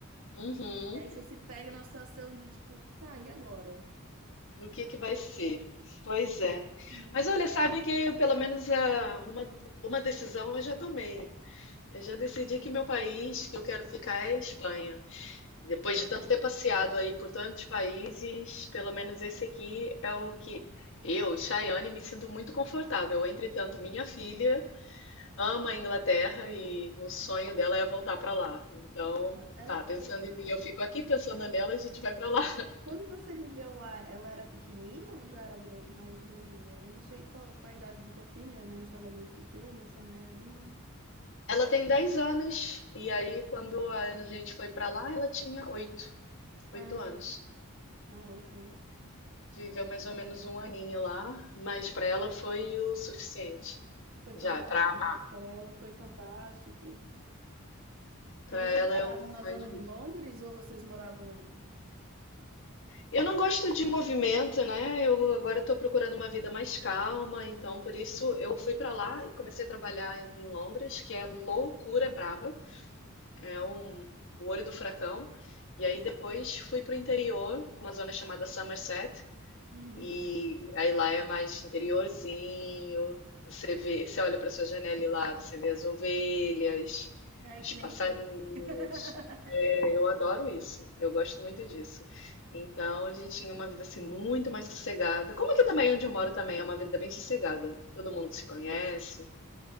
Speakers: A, on the left; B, on the right.
A: Uhum.
B: E aí você se pega numa situação de tipo, tá, e agora?
A: O que que vai ser? Pois é.
B: Realmente.
A: Mas olha, sabe que pelo menos ah, uma, uma decisão eu já tomei. Eu já decidi que meu país que eu quero ficar é a Espanha. Depois de tanto ter passeado aí por tantos países, pelo menos esse aqui é o que eu, Chayane, me sinto muito confortável. Entretanto, minha filha ama a Inglaterra e o sonho dela é voltar para lá. Então,
B: Ela,
A: tá, pensando em mim, eu fico aqui, pensando nela, a gente vai para lá. <laughs>
B: Quando você viveu lá, ela era pequenina ou já era gra- mais grandinha? Eu não sei qual, qual a idade da tua filha, né? Se ela é muito pequena, se é maiorzinha.
A: Ela tem 10 anos e aí quando a gente foi para lá, ela tinha oito, oito
B: Ah,
A: anos.
B: ah, ok.
A: Viveu mais ou menos um aninho lá, mas para ela foi o suficiente.
B: Foi fantástico,
A: Já, para amar.
B: né? Para ela foi fantástico.
A: Para
B: E vocês
A: ela é
B: moravam
A: o
B: na
A: sonho
B: zona
A: de
B: de Londres ou vocês moravam...
A: Eu não gosto de movimento, né? Eu agora estou procurando uma vida mais calma, então por isso eu fui para lá e comecei a trabalhar em Londres, que é loucura braba, é um, o olho do furacão. E aí depois fui para o interior, uma zona chamada Somerset,
B: Uhum.
A: e aí lá é mais interiorzinho. Você vê, você olha para sua janela e lá você vê as ovelhas,
B: É
A: os
B: que nem
A: passarinhos.
B: aqui. <laughs>
A: Eu adoro isso, eu gosto muito disso. Então a gente tinha uma vida assim muito mais sossegada. Como aqui também onde eu moro também é uma vida bem sossegada. Todo mundo se conhece.